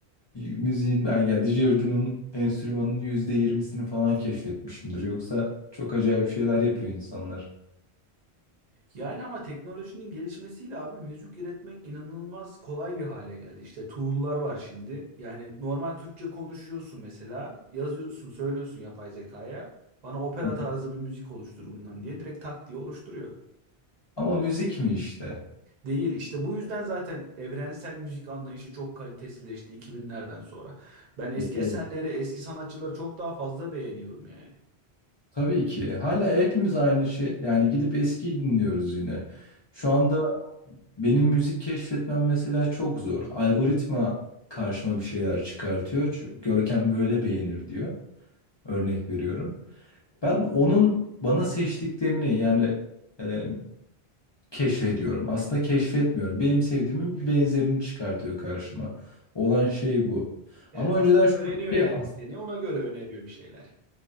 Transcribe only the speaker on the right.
Yani ama teknolojinin gelişmesiyle abi müzik üretmek inanılmaz kolay bir hale geldi. İşte tool'lar var şimdi. Yani normal Türkçe konuşuyorsun mesela, yazıyorsun, söylüyorsun yapay zekaya. Bana opera
tarzı
bir müzik oluştur bundan diye direkt tak diye oluşturuyor.
Değil işte bu yüzden zaten evrensel müzik anlayışı çok kalitesizleşti 2000'lerden sonra. Ben eski
eserleri, eski sanatçıları çok daha fazla beğeniyorum yani.
Evet
aslında
öğreniyor
yani
seni. Ona göre öneriyor bir şeyler.